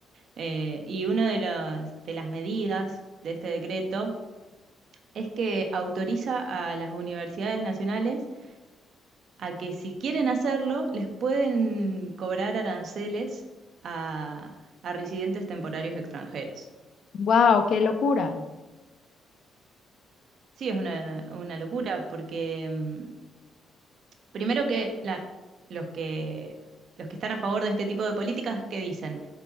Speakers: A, on the right; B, on the left.
A: Eh, y una de las, de las medidas de este decreto es que autoriza a las universidades nacionales a que si quieren hacerlo, les pueden cobrar aranceles a, a residentes temporarios extranjeros.
B: ¡Wow! ¡Qué locura!
A: Sí, es una, una locura porque mm, Primero que la- los que los que están a favor de este tipo de políticas, ¿qué dicen?